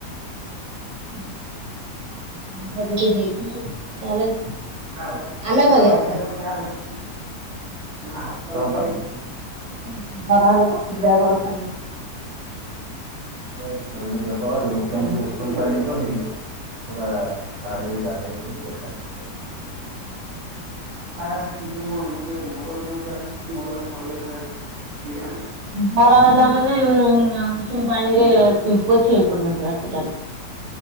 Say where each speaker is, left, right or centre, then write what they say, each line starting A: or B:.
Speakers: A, on the right (about 30°); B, on the right (about 85°).
A: <inaudible>
B: <unintelligible>
A: ଆମେ କରିବା ଟ୍ରାଏ। <unintelligible>
B: <unintelligible> ପୁରା ଢ଼ାଳି ହେଇ ଗାଧେଇ ପଡ଼ିବୁ, ଦେଖାଯିବ ସିଆଡ଼େ। <unintelligible> <inaudible>
A: ଜର ହେଲା ମାନେ ଉଷୁମ୍ ପାଣିରେ ପୋଛି ହେଇ ପଡ଼ିବ ପୁରା ଟୋଟାଲି।